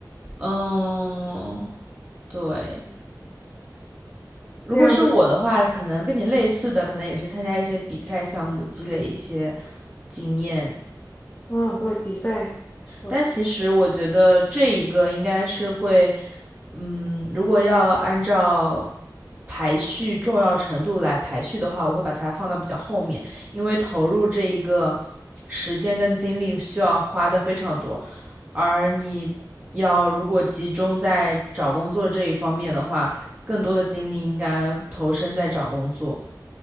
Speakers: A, on the right; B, on the left.
A: 嗯，对。如果是我的话，
B: 这样就
A: 可能跟你类似的，可能也是参加一些比赛项目，积累一些经验，
B: 嗯对比赛，对。
A: 但其实我觉得这一个应该是会，嗯，如果要按照排序重要程度来排序的话，我会把它放到比较后面，因为投入这一个时间跟精力需要花的非常多，而你要如果集中在找工作这一方面的话，更多的精力应该投身在找工作。